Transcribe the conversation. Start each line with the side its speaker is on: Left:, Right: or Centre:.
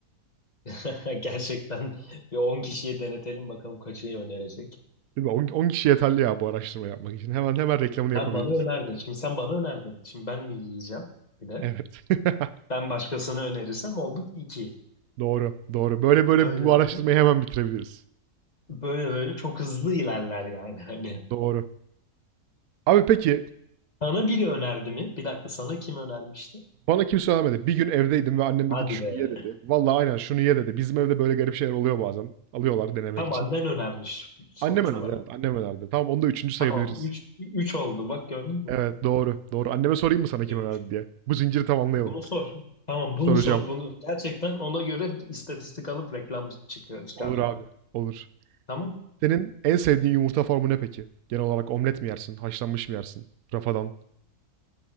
Left: <laughs> Gerçekten bir 10 kişiye denetelim bakalım kaçı önerecek.
Right: Değil mi? 10, 10 kişi yeterli ya bu araştırma yapmak için. Hemen hemen reklamını yapabiliriz.
Left: Sen bana önerdin. Şimdi sen bana önerdin. Şimdi ben mi yiyeceğim bir de?
Right: Evet. <laughs>
Left: Ben başkasına önerirsem olduk 2.
Right: doğru, doğru. Böyle
Left: Böyle
Right: böyle bu
Left: böyle.
Right: araştırmayı hemen bitirebiliriz.
Left: Böyle böyle çok hızlı ilerler yani. <laughs> Hani
Right: Doğru. Abi peki
Left: sana biri önerdi mi? Bir dakika sana kim önermişti?
Right: bana kimse söylemedi. Bir gün evdeydim ve annem
Left: Hadi
Right: dedi ki şunu
Left: be.
Right: ye dedi. Vallahi aynen şunu ye dedi. Bizim evde böyle garip şeyler oluyor bazen. Alıyorlar denemek
Left: Tam
Right: için.
Left: annen önermiş sonuç
Right: Annem önerdi
Left: olarak.
Right: evet. Annem önerdi. Tamam onu da üçüncü sayabiliriz.
Left: Tamam 3 3 oldu bak gördün mü?
Right: Evet doğru. Doğru. Anneme sorayım mı
Left: 3'te
Right: sana kim
Left: 3.
Right: önerdi diye. Bu zinciri tamamlayalım.
Left: Bunu sor. Tamam bunu
Right: Soracağım.
Left: sor bunu. Gerçekten ona göre istatistik alıp reklam çıkıyor çıkaracağım.
Right: Olur abi. Olur.
Left: Tamam.
Right: Senin en sevdiğin yumurta formu ne peki? Genel olarak omlet mi yersin? Haşlanmış mı yersin? Rafadan.